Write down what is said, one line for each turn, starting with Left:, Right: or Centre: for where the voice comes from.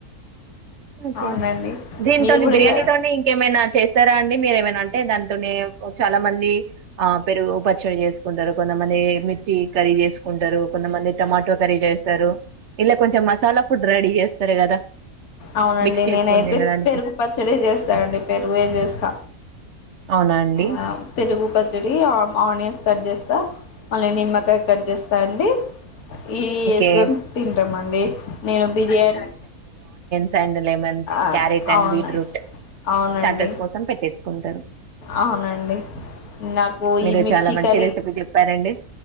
Right: ఓకే
Left: అవునండి
Right: దీనితోని
Left: మీరు కూడా
Right: బిర్యానీతోని
Left: ఇలా
Right: ఇంకేమైనా చేస్తారా అండి మీరేమైనా అంటే దాంతోనే చాలా మంది ఆ పెరుగు పచ్చడి చేసుకుంటారు కొంతమంది మిర్చి కర్రీ చేసుకుంటారు కొంతమంది టమాటో కర్రీ చేస్తారు ఇలా కొంచెం మసాలా ఫుడ్ రెడీ చేస్తారు కదా.
Left: అవునండి
Right: మిక్స్ చేసుకొని
Left: నేనైతే
Right: తినడానికి.
Left: పెరుగు పచ్చడి చేస్తానండి పెరుగు చేస్తా.
Right: అవునా అండి
Left: ఆ తిరుగు కజడి ఓనియన్స్ కట్ చేస్తా మళ్ళీ నిమ్మకాయ కట్ చేస్తా అండి ఇవి వేసుకొని
Right: ఓకే
Left: తింటామ అండి నేను బిర్యానీ
Right: ల
Left: ఆ
Right: కారట్ అండ్
Left: అవును
Right: బీట్రూట్
Left: అవునండి
Right: స్టస్ కోసం పెట్టేకుంట
Left: అవునండి నాకు
Right: మీ
Left: ఈ మిర్చి
Right: చాలా మ
Left: కర్రీ
Right: రెపీ చె. సరండి